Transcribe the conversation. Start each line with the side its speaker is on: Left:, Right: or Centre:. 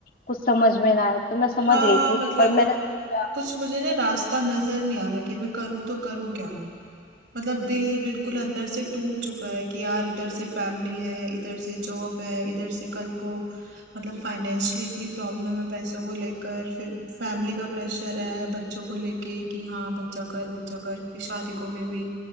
Left: कुछ समझ में ना आए तो मैं समझ
Right: हाँ
Left: गई थी
Right: मतलब
Left: पर मैंने सोचा
Right: कुछ मुझे ना रास्ता नजर नहीं आ रहा कि मैं करूँ तो करूँ क्या मतलब दिल बिल्कुल अंदर से टूट चुका है कि यार इधर से फैमिली है इधर से जॉब है इधर से कल को मतलब फाइनेंशियली इतनी प्रॉब्लम है पैसों को लेकर फिर फैमिली का प्रेशर है बच्चों को लेके कि हाँ बच्चा कर बच्चा कर कि शादी को भी अभी